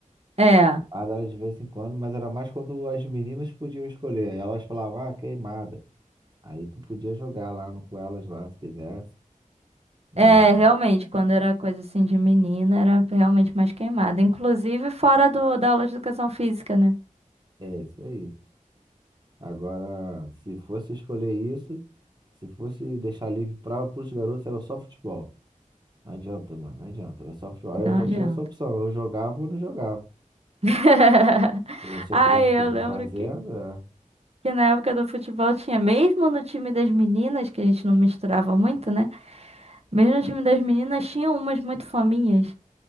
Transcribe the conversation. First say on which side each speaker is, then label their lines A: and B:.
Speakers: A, on the right; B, on the right.
A: É,
B: Queimada era de vez em quando, mas era mais quando as meninas podiam escolher. Aí elas falavam, ah, queimada. Aí tu podia jogar lá no- com elas lá, se quisesse. Mas
A: é, realmente, quando era coisa assim de menina, era realmente mais queimada. Inclusive fora do, da aula de educação física, né?
B: é isso aí. Agora, se fosse escolher isso, se fosse deixar livre para os garotos, era só futebol. Não adianta, mano, não adianta. Era só futebol. Aí
A: Não
B: eu só
A: adianta.
B: tinha essa opção, eu jogava ou não jogava.
A: <laughs>
B: O professor
A: Ai,
B: queria que tivesse
A: eu lembro
B: fazendo,
A: que,
B: é.
A: que na época do futebol tinha, mesmo no time das meninas, que a gente não misturava muito, né? Mesmo no time das meninas, tinha umas muito fominhas.